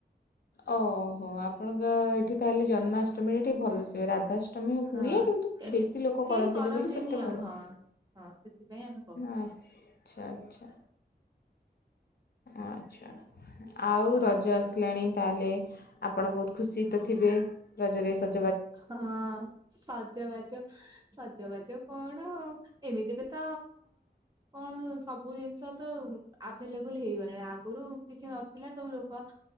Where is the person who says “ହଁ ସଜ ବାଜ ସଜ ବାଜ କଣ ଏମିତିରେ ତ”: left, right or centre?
Right